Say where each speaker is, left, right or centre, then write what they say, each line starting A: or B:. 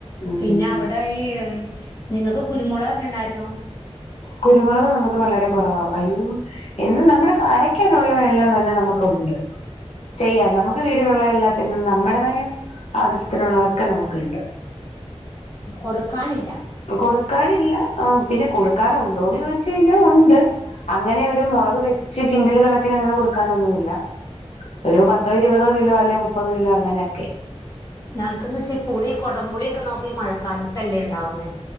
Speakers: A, on the left; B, on the left.
A: ഉം
B: പിന്നെ അവടെ ഈ നിങ്ങക്ക് കുരുമുളകൊക്കെ ഉണ്ടായിരുന്നോ
A: കുരുമുളക് നമുക്ക് വളരെ കുറവാ ഭയ് എന്ന് നമ്മുടെ കാരയ്ക്കാനുള്ളതല്ലാം തന്നെ നമുക്കുണ്ട് ചെയ്യാം നമക്ക് വീടിലുള്ള എല്ലാത്തിനും നമ്മുടേതായ ആവശ്യത്തിനുള്ളതൊക്കെ നമ്ക്ക്ണ്ട്
B: കൊടുക്കാനില്ല
A: കൊടുക്കാനില്ല ആ പിന്നെ കൊടുക്കാനുണ്ടോന്ന് ചോയ്ച്ചഴിഞ്ഞാൽ ഉണ്ട് അങ്ങനെ ഒരു മുളക് വെച്ച് കിണ്ടൽ കണക്കിന് അങ്ങനെ കൊടുക്കാനൊന്നുല്ല ഒരു പത്തോ ഇരുപതോ കിലോ അല്ലെ മുപ്പത് കിലോ അങ്ങനെയൊക്കെ
B: ഞങ്ങക്ക്ന്ന്ച്ച ഈ പുളി കൊടം പുളിയൊക്കെ നോക്കി മഴക്കാലത്തല്ലേ ഉണ്ടാവുന്നേ